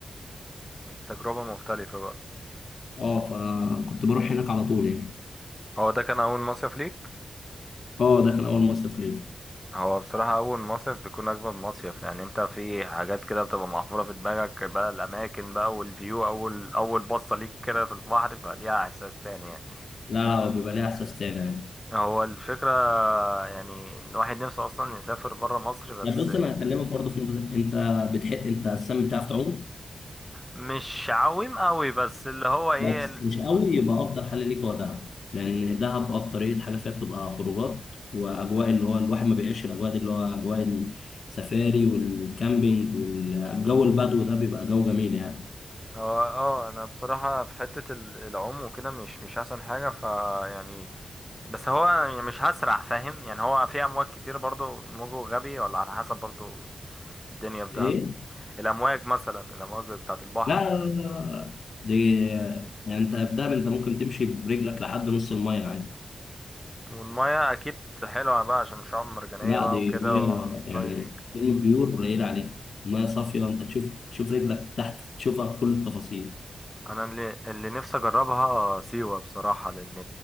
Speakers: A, in the centre; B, on the left.
A: تجربه مختلفه بقى
B: اه فكنت بروح هناك على طول يعني
A: هو ده كان اول مصيف ليك
B: اه ده كان اول مصيف ليا
A: هو بصراحة أول مصيف بيكون أجمل مصيف يعني أنت في حاجات كده بتبقى محفورة في دماغك بقى الأماكن بقى والفيو أول أول بصة ليك كده في البحر فليها إحساس تاني يعني
B: لا لا هو بيبقى ليه احساس تاني يعني
A: هو الفكرة يعني الواحد نفسه أصلا يسافر برا مصر بس
B: لا بص انا هكلمك برضه في نقطه انت بتحب انت السم بتعرف تعوم
A: مش عويم قوي بس اللي هو إيه
B: بس
A: ال-
B: مش قوي يبقى افضل حل ليك هو دهب لان دهب اكتريه حاجه فيها بتبقى خروجات واجواء اللي هو الواحد ما بيعيش الاجواء دي اللي هو اجواء السفاري والكامبينج والجو البدو ده بيبقى جو جميل يعني
A: هو اه انا بصراحة في حتة ال- العوم وكده مش مش احسن حاجة ف يعني بس هو يعني مش هسرع فاهم يعني هو في امواج كتير برضو موجه غبي ولا على حسب برضو الدنيا في دهب
B: ايه
A: الامواج مثلا الامواج بتاعت البحر
B: لا لا لا لا لا. دي يعني انت في دهب انت ممكن تمشي برجلك لحد نص الميه عادي
A: والميه اكيد حلوه بقى عشان شعاب مرجانيه
B: لا
A: بقى
B: دي
A: وكده
B: ميه
A: ودايفنج
B: يعني كلمة بيور قليل عليها ميه صافية انت تشوف تشوف رجلك تحت تشوفها بكل التفاصيل
A: انا اللي, اللي نفسي اجربها سيوه بصراحه لان